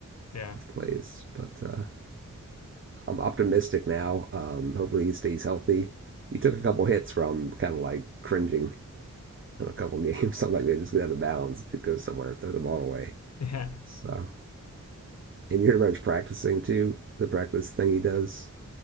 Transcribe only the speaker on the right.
with plays. But uh, I'm optimistic now. Um, hopefully he stays healthy. He took a couple hits where I'm kind of like cringing in a couple games. <laughs> So I'm like, man, just get out of bounds, Dude, go somewhere, throw the ball away.
So, and you heard about his practicing too. The practice thing he does.